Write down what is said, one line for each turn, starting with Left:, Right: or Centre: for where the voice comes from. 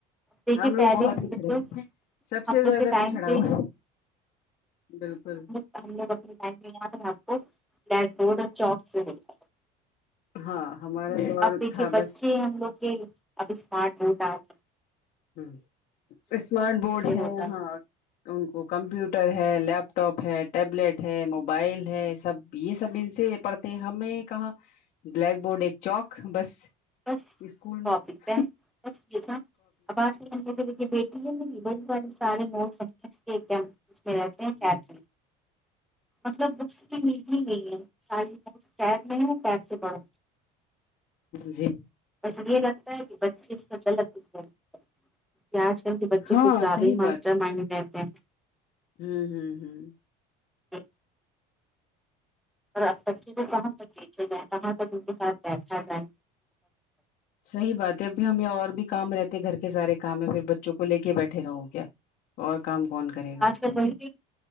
Centre: دیکھیے
Left: ہم لوگ
Centre: پہلے
Left: بہت
Centre: ہم
Left: پچھڑے
Centre: لوگ کو
Left: ہوئے سب
Centre: ہم
Left: سے
Centre: لوگ
Left: زیادہ
Centre: کے ٹائم
Left: پچھڑا
Centre: پہ
Left: ہوا بلکل
Centre: ب بار آ کو ب بورڈ چوس و ہے <unintelligible>
Left: ہاں ہمارا دور
Centre: اب دیکھے
Left: تھا
Centre: بچے
Left: بس
Centre: ہم لوگ کے ابھی اسمارٹ بورڈ آگیا
Left: امم اسمارٹ بورڈ ہے
Centre: ہوتا
Left: یہاں ان کو کمپیوٹر ہے لیپ ٹاپ ہے ٹیبلیٹ ہے موبائل ہے سب یہ سب ان سے پڑھتے ہیں ہمیں کہاں بلیک بورڈ ایک چوک بس
Centre: بس
Left: اسکول
Centre: کاپی
Left: امم
Centre: پین بس ٹھیک ہے اب آپ آجکل بیٹی ہے بیٹی والے سارے موڈس دیکھیے ہم اس میں رہتی ہے
Left: جی
Centre: چیٹ میں مطلب بکس کی نیڈ ہی نہیں ہے ساری بک پیڈ میں ہے پیڈ سے پڑھو
Left: جی
Centre: ایسے یہ لگتا ہے کہ بچے اس سے غلط یوس نہ کرے کہ آج کل کے بچے
Left: ہاں
Centre: کچھ زیادہ
Left: صحیح
Centre: ہی ماسٹر مائنڈ کہتے ہیں
Left: امم امم امم
Centre: ہیں اور اب بچے کو کہاں تک دیکھے جائے کہاں تک ان کے ساتھ بیٹھا جائے
Left: صحیح بات ہے ابھی ہمیں اور بھی کام رہتے گھر کے سارے کام ہے پھر بچوں کو لے کے بیٹھے رہو کیا اور کام کون کرے گا
Centre: تو بیٹی